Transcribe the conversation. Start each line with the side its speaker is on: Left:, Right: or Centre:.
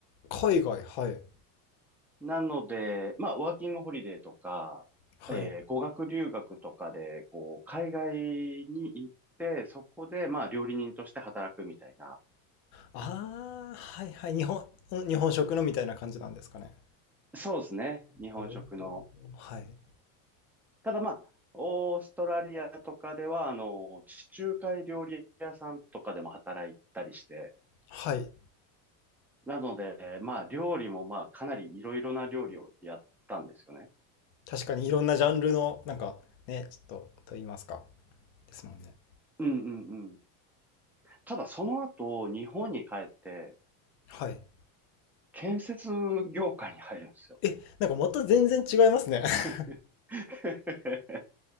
Left: 海外、はい。
Centre: なので、まあ、ワーキングホリデーとか、
Left: はい。
Centre: えー語学留学とかで、こう、海外に行って、そこで、まあ、料理人として働くみたいな。
Left: ああ、はいはい。日本、日本食のみたいな感じなんですかね。
Centre: そうですね。日本食の。
Left: おーはい。
Centre: ただまあ、オーストラリアとかでは、あの、地中海料理屋さんとかでも働いたりして、
Left: はい。
Centre: なので、まあ、料理もまあ、かなりいろいろな料理をやったんですよね。
Left: 確かにいろんなジャンルの、なんかね、ちょっと、と言いますか。ですもんね。
Centre: うんうんうん。ただ、その後、日本に帰って、
Left: はい。
Centre: 建設業界に入るんですよ。
Left: え、なんかまた全然違いますね。
Centre: <laughs>
Left: <laughs>